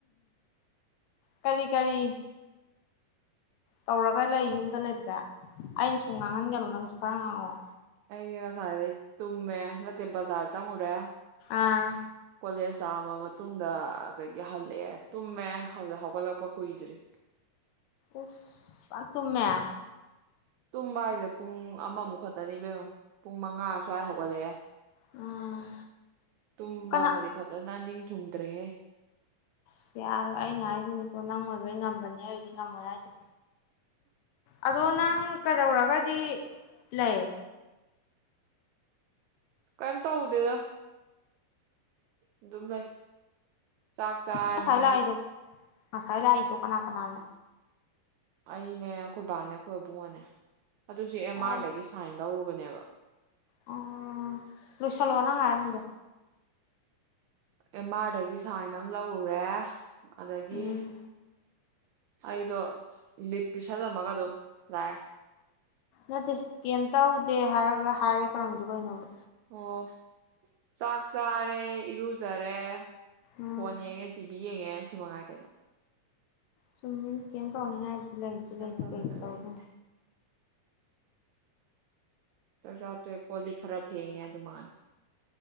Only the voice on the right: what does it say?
ꯑꯩꯩꯅ ꯉꯁꯥꯏꯗꯩ ꯇꯨꯝꯃꯦ ꯅꯠꯇꯦ ꯕꯖꯥꯔ ꯆꯪꯉꯨꯔꯦ
ꯀꯣꯂꯦꯖ ꯇꯥꯑꯃ ꯃꯇꯨꯡꯗ ꯑꯗꯒꯤ ꯍꯜꯂꯛꯑꯦ ꯇꯨꯝꯃꯦ ꯍꯧꯖꯤꯛ ꯍꯧꯒꯠꯂꯛꯄ ꯀꯨꯏꯗ꯭ꯔꯤ
ꯇꯨꯝꯕ ꯍꯥꯏꯁꯦ ꯄꯨꯡ ꯑꯃꯃꯨꯛ ꯈꯛꯇꯅꯦꯕꯦꯝꯣ ꯄꯨꯡ ꯃꯉꯥ ꯁ꯭ꯋꯥꯏ ꯍꯧꯒꯠꯂꯛꯑꯦ
ꯇꯨꯝꯕ
ꯃꯅꯤ ꯐꯠꯇ ꯅ ꯅꯤꯡ ꯊꯨꯡꯗ꯭ꯔꯦ ꯍꯦ
ꯀꯩꯝ ꯇꯧꯗꯦꯗꯥ ꯑꯗꯨꯝ ꯂꯩ ꯆꯥꯛ ꯆꯥꯔꯅꯤ
ꯑꯩꯅꯦ ꯑꯩꯈꯣꯏ ꯕꯥꯅꯦ ꯑꯩꯈꯣꯏ ꯏꯕꯨꯡꯉꯣꯅꯦ ꯑꯗꯨꯁꯨ ꯑꯦꯝ
ꯑꯥꯔꯗꯒꯤ ꯁꯥꯏꯟ ꯂꯧꯔꯨꯕꯅꯦꯕ
ꯑꯦꯝ ꯑꯥꯔꯗꯒꯤ ꯁꯥꯏꯟ ꯑꯃ ꯂꯧꯔꯨꯔꯦ ꯑꯗꯒꯤ
ꯑꯩꯗꯣ ꯂꯤꯞꯄꯤ ꯁꯥꯖꯝꯃꯒ ꯑꯗꯨ ꯂꯥꯛꯑꯦ
ꯑꯣ ꯆꯥꯛ ꯆꯥꯔꯦ ꯏꯔꯨꯖꯔꯦ
ꯐꯣꯟ ꯌꯦꯡꯉꯦ ꯇꯤꯚꯤ ꯌꯦꯡꯉꯦ ꯁꯤ ꯃꯉꯥꯏ ꯀꯩꯅꯣ
ꯒ꯭ꯌꯥꯟ
ꯇꯥꯅꯤꯡꯉꯥꯏ
ꯂꯩꯇꯦ ꯆꯥꯖꯥ ꯇꯣꯛꯑꯦ ꯀꯣ ꯂꯤ ꯈꯔ ꯐꯦꯡꯉꯦ ꯑꯗꯨꯃꯥꯟ